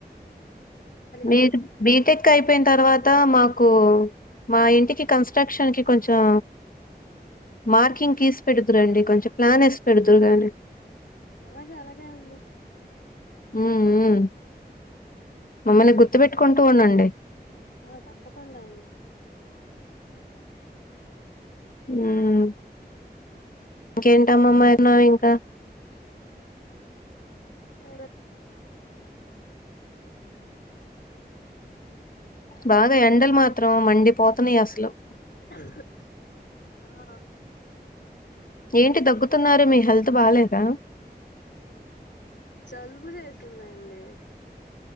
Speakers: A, on the left; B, on the left.
A: నేను
B: హెల్ప్
A: బిటెక్. ‌ కా అయిపోయిన తర్వాత మాకు మా ఇంటి కన్స్ట్రక్షన్ కి కొంచం. మార్కింగ్ గీసి పెడుతురండి కొంచెం ప్లాన్ ఎస్సి పెడుదూరుగాని.
B: అలాగే అలాగే అండి.
A: మ్మ్ మ్మ్ మమ్మల్ని గుర్తు పెట్టుకుంటూ ఉండండి
B: ఆ తప్పకుండా అండి
A: మ్ ఇంకేంటమ్మమ్మ మ్మ ఇంకా
B: సరే.
A: బాగా ఎండలు మాత్రం మండిపోతున్నాయి అసలు.
B: ఆహ్.
A: ఏంటి దగ్గుతున్నారు మీ హెల్త్ బాలేదా.
B: జలుబు చేసిందండి